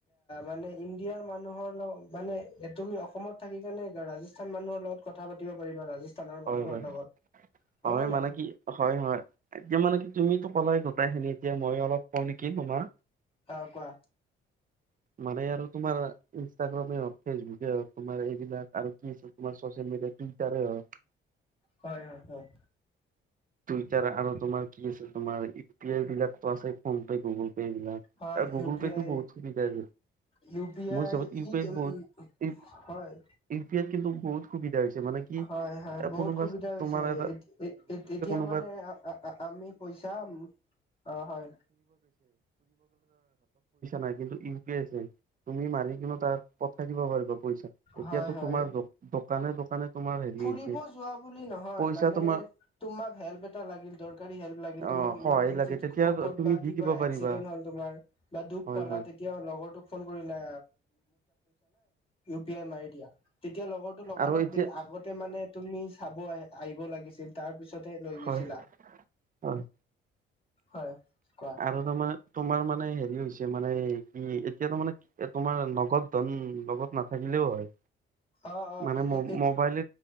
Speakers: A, on the left; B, on the right.
A: মানে ইিয়াৰ মানু মানে তুমি অসমত থাকি কেনেে ৰাজস্থান মানুহৰ লগত কথা পাতিব পাৰিবা ৰাজস্থানৰ
B: হয়
A: মানুহৰ
B: হয়
A: লগত
B: হয়
A: নে নাই
B: মানে কি হয় হয় এতিয়া মানে কি তুমি পলাই গোটাই খিনি এতিয়া মই অলপ কম নেকি তোমাৰ
A: খ কোৱা
B: মানে আৰু তোমাৰ ইনষ্টাগ্ৰামেই হওক ফেচবুকে হওকমাৰ এইবিলাক আৰু কিাৰ চচিয় মিডিয় টুইটাৰ হওক
A: হয় হয় হয়
B: টুইটাৰ আৰু তোমাৰ কি আছে তোমাৰ ইউ পি আই বিলাকো আছে ফোন পে গুগল পে
A: হয়
B: গুগল
A: ইউ পি
B: পে'টো
A: আই
B: বহুত সুবিধা আ
A: ইউ পি
B: মোৰ
A: আই
B: হিচাপত ই পি আইত বহুত
A: হয়
B: ই পি আইত কিন্তু বুতুবিধা হৈছে মানে কি
A: হয় হয়
B: এ
A: বহুত
B: কোনোবা
A: সুবিধা হৈছে
B: তোমাৰ এটা
A: এ এতিয়া
B: <inaudible> <inaudible> <inaudible> পইচা
A: মানে আমি পইচা অ হয়
B: নাই কিন্তু ইউ পি আছে তুমি মাৰি কিিনু তাত পঠাই দিব পাৰিবা ইা এতিয়াাতো
A: হয় হয়
B: তোমাৰ দোকানে দোকানে তোমাৰ হেৰি
A: ফুৰিব
B: হৈছে
A: যোৱা বুলি নহয়
B: পইচা
A: মানে
B: তোমাৰ
A: তোমাক হেল্প এটা লাগিল দৰকাৰী হেল্প লাগিল তোমাক
B: অ সহায়
A: ইমাৰ্জেঞ্চিত
B: লাগে তেতিয়া
A: ক'ত
B: তুমি
A: বা
B: দি
A: কিবা
B: দিব
A: এক্সিডেন্ট
B: পাৰিবা
A: হল তুমাৰ বা দুখ
B: হয়
A: পালা
B: হয়
A: তেতিয়া লগৰটোক ফোন কৰিলা পা নাই ম দা এতিয়া লগৰটো লগালগ
B: আৰু এতিয়া
A: দিল আগতে মানে তুমি চাব আহ আহিব লাগিছিল তাৰ পিছত পছতেে লৈ গৈছিলা
B: হয় হয়
A: হয় কোৱা
B: আৰু তোমাৰ তোমাৰ মানে হেৰি হৈছে মানে কি এতিয়া তাৰ মানে তোমাৰ নগদ ধন লগত নাথাকিলেও হয়
A: আহ অ
B: মানে
A: এ
B: মোবাইলে